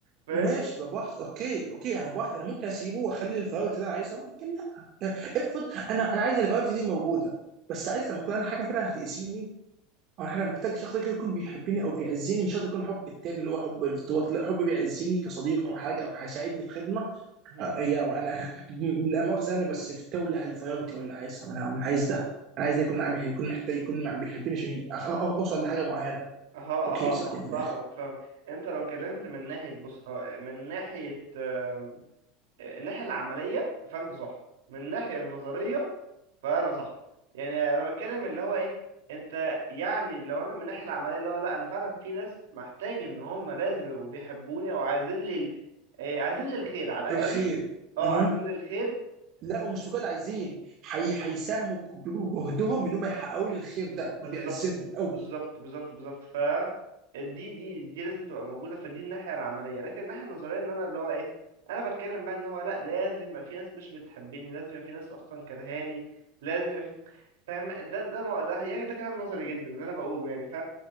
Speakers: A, on the right (about 65°); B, on the right (about 45°).
A: فاهمني؟
B: ماشي بواحد اوكي اوكي يعني بواحد انا ممكن اسيبه واخلي الفراغات اللي انا عايزها ممكن لا افرض انا انا عايز الفراغات دي موجوده بس عايز
A: مم.
B: لما اكون انا حاجه فعلا هتاذيني اول حاجه محتاج شخص كده يكون بيحبني او بيعزني مش شرط يكون حب التاني اللي هو حب الارتباط لا حب بيعزني كصديق
A: مم.
B: او حاجه او هيساعدني
A: مم.
B: في خدمه
A: مم.
B: آه، يا وانا <laughs> لا مؤاخذه يعني <laughs> بس في تولع الفيابتي ولا عايزها انا أنا عايز ده انا عايز ده يكون معايا بيحب- يكون محتاج يكون مع- بيحبني عشان أخ- أو- أو- اوصل لحاجه معينه
A: اها اها
B: اوكي بس بعدين
A: اها
B: في الاخر
A: فاهمك فاهمك انت لو كلمت من ناحيه بص هو من ناحيه آم، الناحيه العمليه فانت صح من الناحيه النظريه فانا صح يعني انا بتكلم اللي هو ايه انت يعني لو انا من الناحيه العمليه اللي هو لا انا فعلا في ناس محتاج ان هم لازم يبقوا بيحبوني او عايزين لي آه، عايزين لي الخير على
B: الخير
A: الاقل اه
B: امم
A: عايزين لي الخير
B: لا ومش فقط عايزين حي... هيساهموا ب- بجهدهم انهم يحققوا لي الخير ده ما
A: بالظبط
B: بيعزني قوي
A: بالظبط بالظبط بالظبط ف دي دي دي لازم تبقى موجوده فدي الناحيه العمليه لكن الناحيه النظريه ان انا اللي هو ايه انا بتكلم بقى ان هو لا لازم يبقى في ناس مش بتحبني لازم يبقى في ناس اصلا كرهاني لازم يبقى في فاهم ده ده مو- ده يعني ده كلام نظري جدا اللي انا بقوله يعني ف